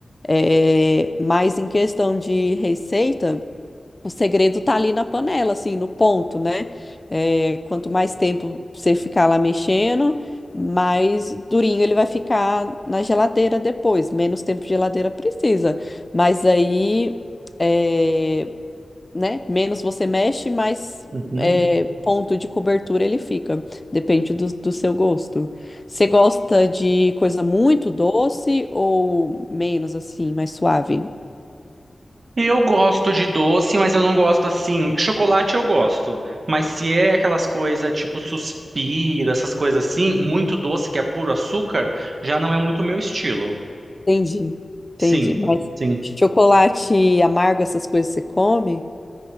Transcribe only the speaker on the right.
Uhum.
Eu gosto de doce, mas eu não gosto assim. Chocolate eu gosto, mas se é aquelas coisas tipo suspiro, essas coisas assim, muito doce que é puro açúcar, já não é muito o meu estilo.
Sim,
sim.